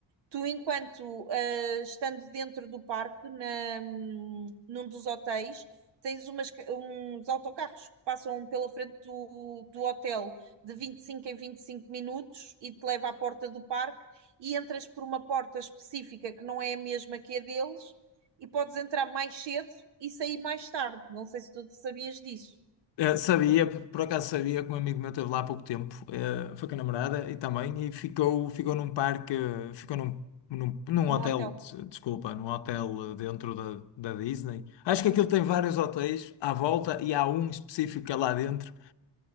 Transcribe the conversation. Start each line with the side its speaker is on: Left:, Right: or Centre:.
Right: Tu, enquanto ah, estando dentro do parque, na, num dos hotéis, tens umas ca- uns autocarros que passam pela frente do, do hotel de 25 em 25 minutos e te leva à porta do parque e entras por uma porta específica que não é a mesma que a deles e podes entrar mais cedo e sair mais tarde. Não sei se tu sabias disso
Left: Eh, sabia, por acaso sabia que um amigo meu esteve lá há pouco tempo, eh, foi com a namorada e também, e ficou, ficou num parque, eh, ficou num, num, num
Right: no
Left: hotel,
Right: hotel.
Left: des- desculpa, num hotel eh, dentro da, da Disney. Acho que aquilo tem vários hotéis à volta e há um específico que é lá dentro.